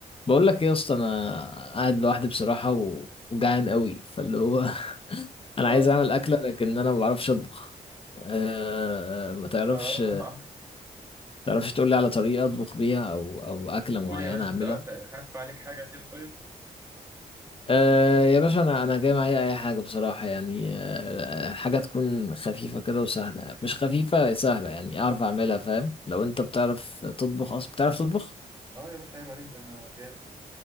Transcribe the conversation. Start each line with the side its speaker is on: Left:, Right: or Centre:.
Left: بقول لك ايه يا اسطى انا قاعد لوحدي بصراحه و... وجعان قوي فاللي هو <laughs> انا
Right: اه
Left: عايز اعمل اكله لكن انا ما بعرفش اطبخ أه... ما تعرفش
Right: اه
Left: تعرفش تقول لي على طريقه اطبخ بيها او او اكله
Right: قول
Left: معينه
Right: يا باشا
Left: اعملها
Right: انت آه، أنت هف عليك حاجة كده طيب
Left: أه... يا باشا انا انا جاي معايا اي حاجه بصراحه يعني أه... حاجه تكون خفيفه كده وسهله مش خفيفه سهله يعني اعرف اعملها فاهم لو انت بتعرف تطبخ اصلا بتعرف تطبخ
Right: اه يا باشا عيب عليك ده انا جامد